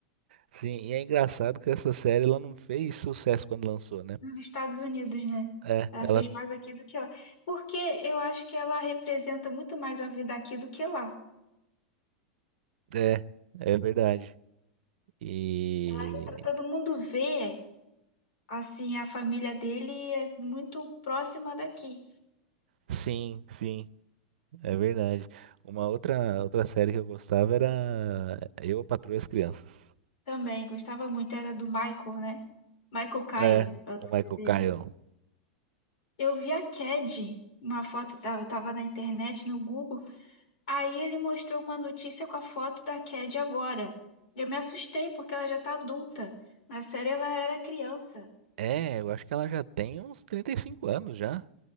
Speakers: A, on the right (about 80°); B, on the left (about 55°).
A: Sim, e é engraçado que essa série ela não fez sucesso quando lançou, né?
B: Nos Estados Unidos, né?
A: É,
B: Ela
A: ela
B: fez mais aqui do que lá. Porque eu acho que ela representa muito mais a vida aqui do que lá.
A: é, é verdade. E
B: Ela retrata, todo mundo vê, assim, a família dele é muito próxima daqui.
A: sim, sim, é verdade. Uma outra outra série que eu gostava era Eu, a Patroa e as Crianças.
B: Também gostava muito, era do Michael, né? Michael Kyle,
A: É,
B: é o
A: o
B: nome
A: Michael
B: dele.
A: Caine.
B: Eu vi a Cad, uma foto, eu tava na internet, no Google, Aí ele mostrou uma notícia com a foto da Cad agora. Eu me assustei porque ela já tá adulta. Na série ela era criança.
A: É, eu acho que ela já tem uns 35 anos já.